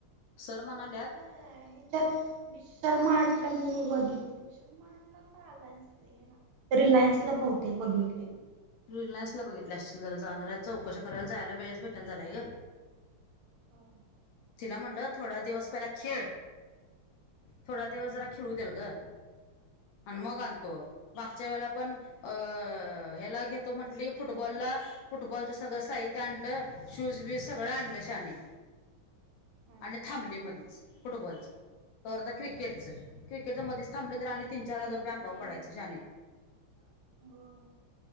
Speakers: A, on the left (about 75°); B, on the right (about 85°).
A: सर म ना
B: तिथ हेज्यात विशाल मार्टला मी बघितलंय विशाल मार्टला का यनस रिलायन्सला बहुतेक बघितले मी.
A: रिलायन्सला बघितल्या असशील जरा जाणाराय चौकश्या करायला
B: हा
A: जायला वेळच भेटण झालाय गं.
B: हा.
A: तिला म्हणलं थोडा दिवस पहिला खेळ थोडा दिवस
B: हम्म
A: जरा खेळू देल ग. आणि
B: होय
A: मग आणतो. मागच्या वेळला पण अ ह्याला घेतो म्हंटली फुटबॉलला. फुटबॉलचं सगळं साहित्य
B: हम्म
A: आणलं शूज बीज सगळं आणलं शाने.
B: हम्म
A: आणि थांबली मधीच फुटबॉलची.
B: हम्म
A: तवर आता क्रिकेटचं क्रिकेटच
B: तिला
A: मधीच थांबलं तर आणि
B: आता
A: तीन चार हजार
B: एक
A: रुपये
B: म्हणजे
A: अंगाव पडायच
B: एक
A: शाने.
B: घे होय.